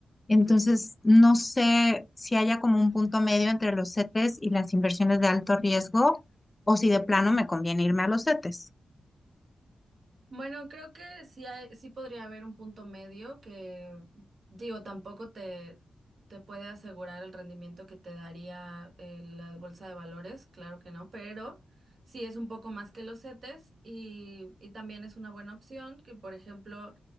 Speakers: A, on the left (about 15°); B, on the right (about 50°).
A: Entonces, no sé si haya como un punto medio entre los CETES y las inversiones de alto riesgo o si de plano me conviene irme a los CETES.
B: Bueno, creo que sí, hay- sí podría haber un punto medio que, digo, tampoco te, te puede asegurar el rendimiento que te daría eh, la bolsa de valores, claro que no, pero sí es un poco más que los CETES y, y también es una buena opción que, por ejemplo,